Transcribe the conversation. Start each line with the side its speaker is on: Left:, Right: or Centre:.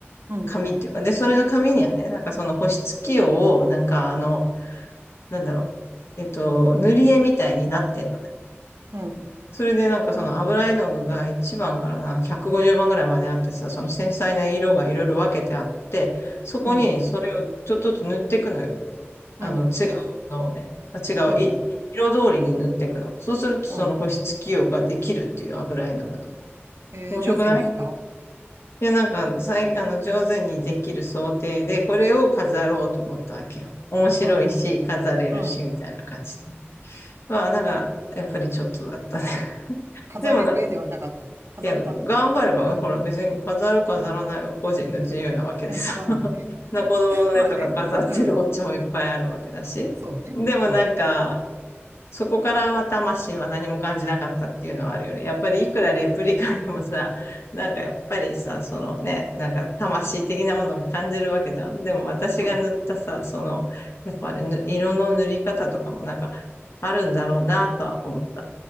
Right: うん、
Left: 紙っていうか、
Right: うん、
Left: で、それの紙にはね、なんかその保湿器用を、なんかあの、なんだろう、えっと、塗り絵みたいになってんのね。
Right: うん、
Left: それでなんかその油絵の具が1番からなんか150番ぐらいまであってさ、その繊細な色がいろいろ分けてあって、そこにそれをちょっとずつ塗っていくのよ。
Right: うん、うん、
Left: あの、
Right: うん、
Left: 違うものをね、あ違う、
Right: う
Left: い、色通りに塗っていくの。そうすると、その保湿器用ができるっていう油絵の具の。
Right: ん、うん。えー、
Left: 面白くない
Right: 上手にできた
Left: いや、なんか、さい、あの、上手にできる想定で、これを飾ろうと思ったわけよ。面白いし、
Right: うん、うん、
Left: 飾れるし、
Right: うん。
Left: みたいな感じで。まあ、なんか、やっぱりちょっとだったね。<laughs>
Right: 飾れる絵ではなかった。
Left: でもなんか、いや、
Right: 飾った
Left: 頑張れば、ほら、別に飾る飾らないは個人の自由なわけですよ。
Right: <laughs> まあね。
Left: <laughs> な、子供の絵とか飾ってるお家もいっぱいあるわけだし。
Right: まあね。うん。そうね。
Left: でもなんか、
Right: うん。
Left: そこからは魂は何も感じなかったっていうのはあるよね。やっぱりいくらレプリカでもさ、<laughs> なんかやっぱりさ、そのね、なんか魂的なものが感じるわけじゃん。でも私が塗ったさ、
Right: うん。
Left: その、やっぱあれ、ぬ色の塗り方とかもなんかあるんだろうなとは思った。